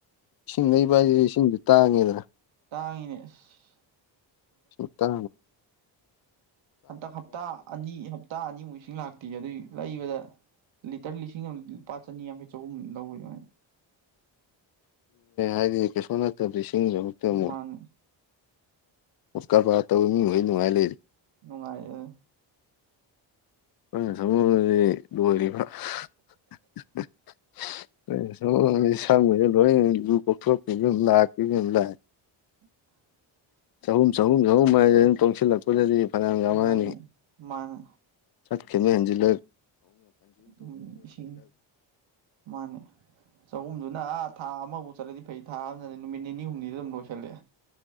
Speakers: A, on the left (about 50°); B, on the right (about 75°).
A: ꯏꯁꯤꯡ ꯂꯩꯩꯕ ꯍꯥꯏꯁꯤꯗꯤ ꯏꯁꯤꯡꯁꯨ ꯇꯥꯡꯉꯦꯗꯅ
B: ꯇꯥꯏꯅꯦꯁ
A: ꯁꯇ
B: ꯍꯟꯗꯛ ꯍꯞꯇꯥ ꯑꯅꯤ ꯍꯞꯇꯥ ꯑꯅꯤꯃꯨꯛ ꯏꯁꯤꯡ ꯂꯥꯛꯇꯦ ꯑꯗꯨꯏ ꯂꯩꯕꯗ ꯂꯤꯇꯔ ꯂꯤꯁꯤꯡ ꯑꯃ ꯂꯨꯄꯥ ꯆꯅꯤ ꯌꯥꯡꯈꯩ ꯆꯍꯨꯝ ꯂꯧꯗꯅꯦ
A: ꯍꯥꯏꯗꯤꯦ ꯁꯅꯥ ꯇ ꯁꯤꯁꯤꯡꯖꯛꯇ ꯑꯃꯣ
B: ꯃꯥꯟ
A: ꯎꯨꯠꯀꯔꯕꯥꯔ ꯇꯧꯕ ꯃꯤ ꯍ ꯅꯨꯡꯉꯥꯏ ꯂꯩꯔꯤ
B: ꯅꯨꯡꯉꯥꯏꯔꯦ
A: ꯆꯃꯕꯗꯤ ꯗꯃ ꯁ ꯂꯣꯏ ꯌ ꯀ ꯀꯖꯤꯝ ꯂꯥꯛ ꯀꯖꯤꯝ ꯂ
B: ꯑ
A: ꯆꯍꯨꯝ ꯆꯍꯨꯝ ꯆꯍꯨꯝ ꯍꯥꯏꯗ ꯑꯩꯅ ꯇꯣꯡꯁꯤꯜꯂꯛꯄꯗꯗꯤ ꯐꯅꯌꯥꯝꯒ
B: ꯃꯥꯅꯦ
A: ꯃꯥꯅꯤ
B: ꯃꯥꯅꯦ
A: ꯆꯠ ꯈꯦꯠꯅꯩ ꯍꯦꯟꯖꯤꯜꯂꯒ
B: ꯎꯝ ꯏꯁꯤꯡ ꯃꯥꯅꯦ ꯆꯍꯨꯝꯗꯨꯅ ꯑꯥ ꯊꯥ ꯑꯃ ꯑꯣ ꯆꯠꯂꯗꯤ ꯐꯩ ꯊꯥꯕꯗꯅ ꯅꯨꯃꯤꯠ ꯅꯤꯅꯤ ꯍꯨꯝꯅꯤꯗ ꯑꯗꯨꯝ ꯂꯣꯏꯁꯤꯜꯂꯦ